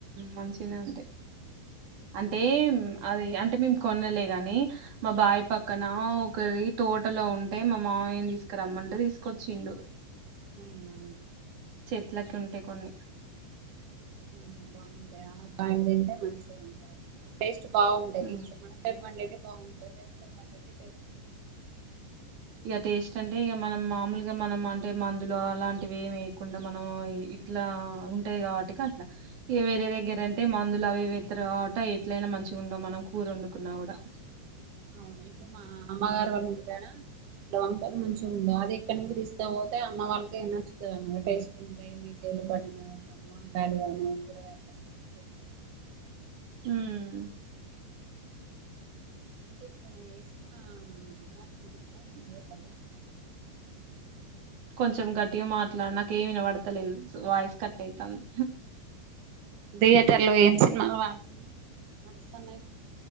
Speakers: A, on the right; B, on the right.
A: మంచినే ఉంటాయి అంటే
B: మనం
A: అది అంటే అంటే మేము కొనలే గాని మా బాయ్ పక్కన ఒకరి తోటలో ఉంటే మా మావయ్య తీసుకు ఇక్కడ రమ్మంటే తీసుకొచ్చిండు
B: అవునా
A: చెట్లకి ఉంటాయి కొన్ని
B: ఉమ్ బాగుంటాయ బా తింటే మంచి గా టెస్ట్ బాగుంటాయి
A: హ్మ్
B: మన సైడ్ పండేవి బాగుంటాయి వేరే సైడ్స్
A: ఇక టేస్ట్ అంటే ఇక మనం మామూలుగా మనం అంటే మందులు అలాంటివి ఏమి వేయకుండా మనం ఇట్లా ఉంటాయి కాబట్టి అట్లా వేరే దగ్గర అంటే మందులు అవి వేత్తారు కాబట్టి ఎట్లయినా మంచి ఉ మనం కూర వండుకున్నా కూడా
B: అవును ఎప్పుడు మా అమ్మగారు వాళ్ళా ఇంటి కాడ ల వంకాయలు మంచిగా ఉండవు అది ఇక్కడి నుంచి తీసుకపోతే అమ్మ వాళ్ళకి నచ్చుతుంది అన్న మాట టేస్ట్ ఉంటాయి లు పడిడుర <unintelligible>
A: హ్మ్
B: అయితే ఇప్పుడు ఏ సినిమా ఆడుతుందా థియేటర్ లో
A: కొంచెం గట్టిగా మాట్లాడి నాక ఏమి వినబడతలేదు వాయిస్ కట్ అయితంది
B: థియేటర్ లో ఏం సినిమాలు వాడుతున్నాయి నడుస్తున్నాయి